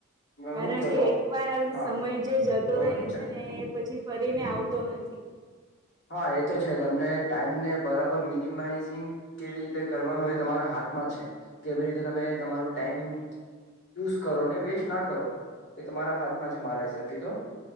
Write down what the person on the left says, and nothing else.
હું કયો
ટોપ
હા
બોલો
ચાલે
હા એ તો છે તમને ટાઈમને બરાબર મિનિમાઈઝિંગ કેવી રીતે કરવાનું એ તમારા હાથમાં છે કેવી રીતે તમે તમારું ટાઈમ યુઝ કરો ને વેસ્ટ ના કરો એ તમારા હાથમાં છે મારા હિસાબથી તો